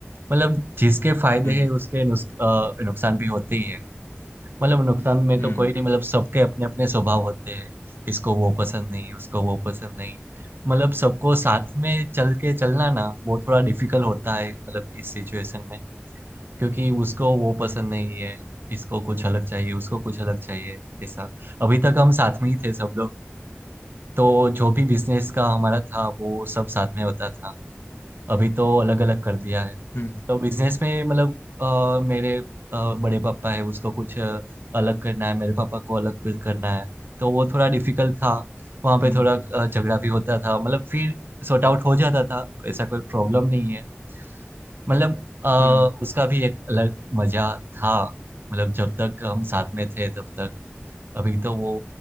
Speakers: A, on the right; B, on the left.
A: मतलब जिसके फायदे
B: हम्म
A: हैं उसके नुस, अ, नुकसान भी होते ही है मतलब नुकसान में
B: हम्म
A: तो कोई नहीं मतलब सबके अपने अपने स्वभाव होते हैं इसको वो पसंद नहीं उसको वो पसंद नहीं मतलब सबको साथ में चल के चलना ना वो थोड़ा डिफिकल्ट होता है मतलब इस सिचुएशन में क्योंकि उसको वो पसंद नहीं है इसको कुछ अलग चाहिए उसको कुछ अलग चाहिए ऐसा अभी तक हम साथ में ही थे सब लोग तो जो भी बिजनेस का हमारा था वो सब साथ में होता था अभी तो अलग अलग कर दिया है
B: हम्म
A: तो बिजनेस में मतलब अ, मेरे अ, बड़े पापा है उसको कुछ अ, अलग करना है मेरे पापा को अलग कुछ करना है तो वो थोड़ा डिफिकल्ट था वहाँ
B: हम्म
A: पे थोड़ा अ, झगड़ा भी होता था मतलब फिर सॉर्ट आउट हो जाता था ऐसा कोई प्रॉब्लम नहीं है मतलब अ,
B: हम्म
A: उसका भी एक अलग मजा था मतलब जब तक हम साथ में थे तब तक अभी तो वो